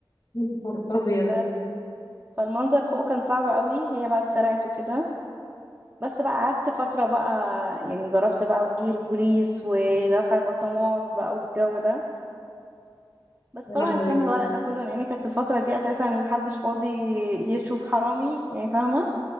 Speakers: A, on the left; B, on the right.
A: يا نهار
B: <laughs>
A: ابيض
B: بس فالمنظر فوق كان صعب قوي هي بقى اتسرعت وكده بس بقى قعدت فترة بقى يعني جربت بقى وجي البوليس ورفع بصمات بقى والجو ده بس طبعا
A: يا لهوي
B: اترمى الورق ده كله لان كانت الفتره دي اساسا محدش فاضي يشوف حرامي يعني فاهمه